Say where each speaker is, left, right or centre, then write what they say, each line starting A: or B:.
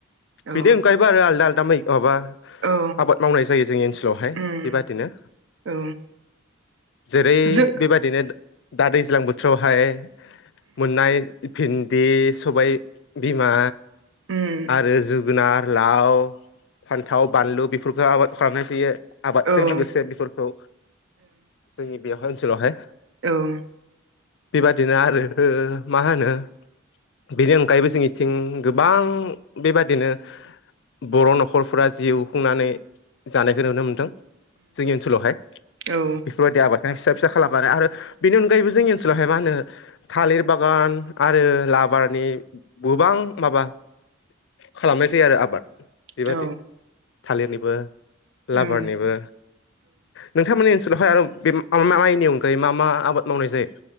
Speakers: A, on the right; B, on the left.
A: औ
B: बिदि ओंखायोबा आरो आलदा आलदा मै माबा
A: औ
B: आबाद मावनाय जायो जोंनि ओनसोलावहाय
A: उम
B: बेबादिनो
A: औ
B: जेरै
A: जो
B: बेबायादिनो दा दैज्लां बोथोरावहाय मोननाय भिन्दि सबाय बिमा
A: उम
B: आरो जोगोनार लाव फान्थाव बानलु बेफोरखौ आबाद खालामनाय जायो। आबादजों
A: औ ओं
B: लोगोसे बेफोरखौ जोंनि बेवहाय ओनसोलावहाय
A: औ उम
B: बेबादिनो आरो मा होनो बेनि अनगायैबो जोंनिथिं गोबां बेबादिनो बर' न'खरफोरा जिउ खुंनानै जानायखौ नुनो मोनदों। जोंनि ओनसोलावहाय
A: औ
B: बेफोरबायदि आबाद फिसा फिसा खालाम आरो बेनि अनायैबो जोंनि ओनसोलावहाय मा होनो थालिर बागान आरो आबादनि गोबां माबा खालामनाय जायो आरो आबाद। बेबादि
A: औ
B: थालिरनिबो लाबारनिबो
A: ओं
B: नोंथांमोननि ओनस़लावहाय आरो बे मा म माइनि अनगायै मा मा आबाद मावनाय जायो?